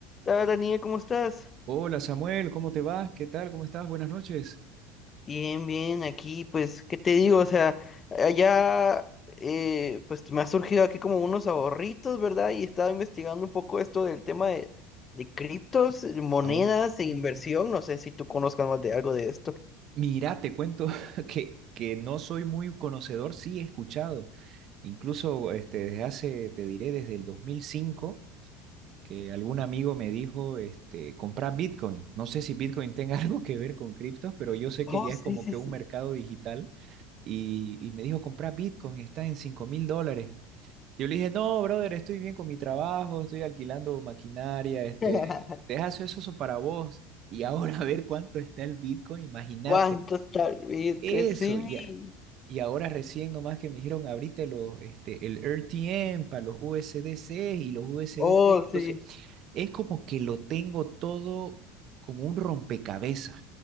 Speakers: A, on the left; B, on the right.
A: Hola Daniel, ¿cómo estás?
B: Hola Samuel, ¿cómo te vas? ¿Qué tal? ¿Cómo estás? Buenas noches.
A: Bien, bien, aquí, pues, ¿qué te digo? O sea, allá, eh, pues, me ha surgido aquí como unos ahorritos, ¿verdad? Y estaba investigando un poco esto del tema de, de criptos, eh, monedas
B: Oh,
A: e
B: mm,
A: inversión. No sé si tú conozcas más de algo de esto.
B: mira, te cuento <laughs> que, que no soy muy conocedor, sí he escuchado. Incluso este, desde hace, te diré, desde el 2005, que algún amigo me dijo, este, comprar Bitcoin. No sé si Bitcoin tenga <laughs> algo que ver con criptos, pero yo sé
A: Oh,
B: que ya
A: sí,
B: es como
A: sí,
B: que un
A: sí.
B: mercado digital. Y, y me dijo, comprar Bitcoin, está en cinco mil dólares. Yo le dije, no, brother, estoy bien con mi trabajo, estoy alquilando maquinaria, este,
A: <laughs>
B: deja eso, eso para vos. Y ahora <laughs> a ver cuánto está el Bitcoin, imagínate.
A: ¿Cuántos tal vez?
B: Eso,
A: que Sí.
B: ya, y ahora recién nomás que me dijeron, abrite los, este, el RTM para los USDC y los USDT.
A: Oh,
B: Entonces,
A: sí.
B: es como que lo tengo todo como un rompecabezas.